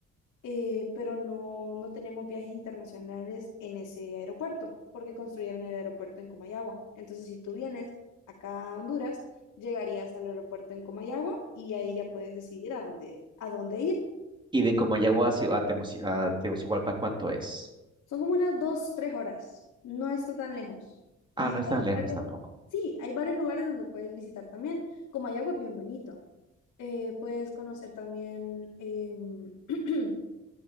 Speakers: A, on the left; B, on the right.
A: eh, pero no, no tenemos viajes internacionales en ese aeropuerto, porque construyeron el aeropuerto en Comayagua. Entonces, si tú vienes acá a Honduras, llegarías al aeropuerto en Comayagua y ahí ya puedes decidir a dónde, a dónde ir.
B: ¿Y de Comayagua a, Ciu- a Temuci- a Tegucigalpa cuánto es?
A: Son como unas dos, tres horas, no está tan lejos. Y
B: Ah, no es
A: hay
B: tan lejos
A: varios,
B: tampoco.
A: sí, hay varios lugares donde puedes visitar también. Comayagua es bien bonito. Eh, puedes conocer también... em, <clears throat>